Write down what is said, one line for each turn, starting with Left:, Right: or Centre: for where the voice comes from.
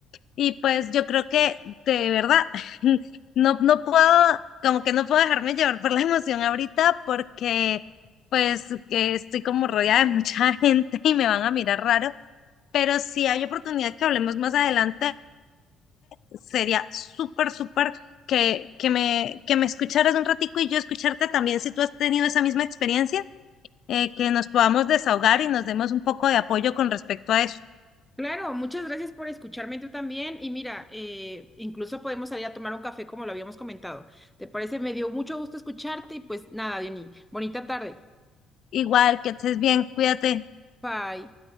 Left: Y pues yo creo que de verdad <laughs> no, no puedo, como que no puedo dejarme llevar por la emoción ahorita porque pues que estoy como rodeada de mucha <laughs> gente y me van a mirar raro, pero si hay oportunidad que hablemos más adelante, sería súper, súper que, que me, que me escucharas un ratico y yo escucharte también si tú has tenido esa misma experiencia, eh, que nos podamos desahogar y nos demos un poco de apoyo con respecto a eso.
Centre: Claro, muchas gracias por escucharme tú también. Y mira, eh, incluso podemos salir a tomar un café como lo habíamos comentado. ¿Te parece? Me dio mucho gusto escucharte y pues nada, Diony, bonita tarde.
Left: Igual, que estés bien, cuídate.
Centre: Bye.